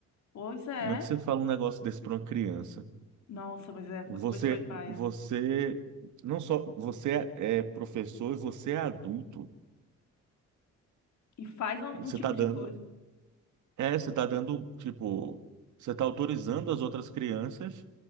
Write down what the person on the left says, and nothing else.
pois é.
Nossa, pois é, foi-
pois foi paia.
E faz um
um tipo
de coisa.